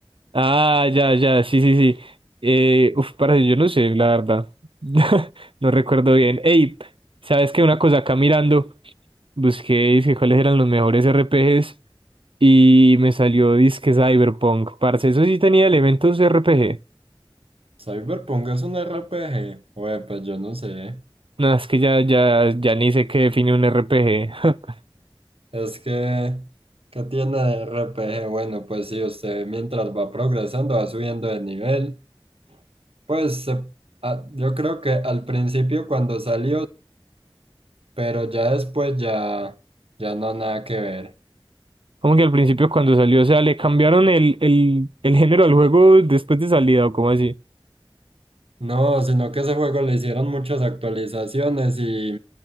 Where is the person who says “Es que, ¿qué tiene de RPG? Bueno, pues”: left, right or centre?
Right